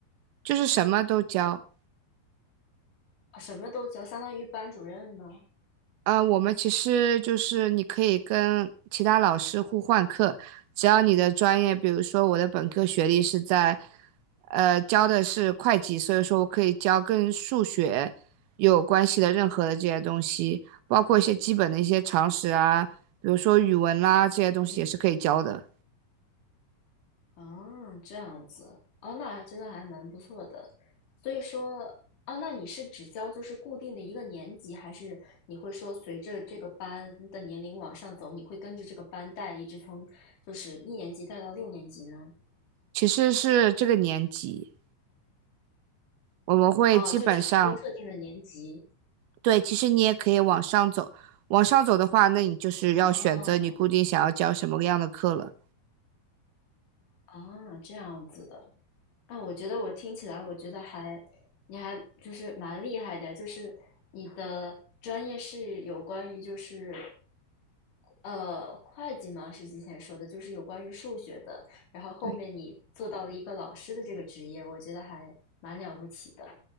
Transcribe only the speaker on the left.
啊什么都教，相当于班主任吗？
嗯啊，这样子，哦，那还真的还蛮不错的。所以说，哦，那你是只教就是固定的一个年级，还是你会说随着这个班的年龄往上走，你会跟着这个班带，一直从就是一年级带到六年级呢？
哦，就只是一个特定的年级。
哦，啊，这样子的。啊，我觉得我听起来，我觉得还，你还就是蛮厉害的，就是你的专业是有关于就是呃会计吗？是之前说的，就是有关于数学的，然后后面你做到了一个老师的这个职业，
我觉得还蛮了不起的。